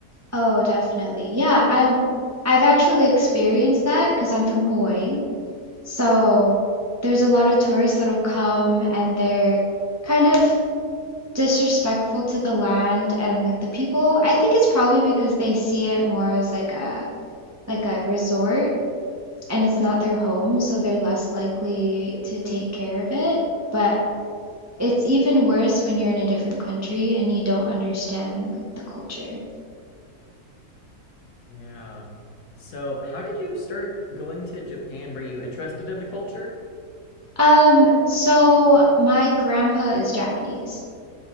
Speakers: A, on the right (about 15°); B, on the left (about 75°).
A: Oh, definitely. Yeah, I'm I've actually experienced that because I'm from Hawaii. So there's a lot of tourists that'll come and they're kind of disrespectful to the land and like the people. I think it's probably because they see it more as like a like a resort and it's not their home, so they're less likely to take care of it. But it's even worse when you're in a different country and you don't understand like the culture.
B: Yeah. So, how did you start going to Japan? Were you interested in the culture?
A: Um, so my grandpa is Japanese.